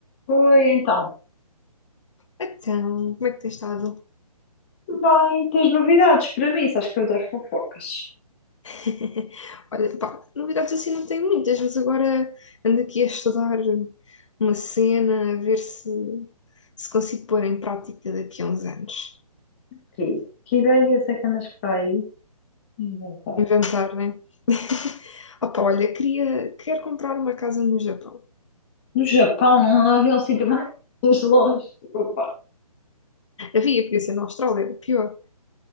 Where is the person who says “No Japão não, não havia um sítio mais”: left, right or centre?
Left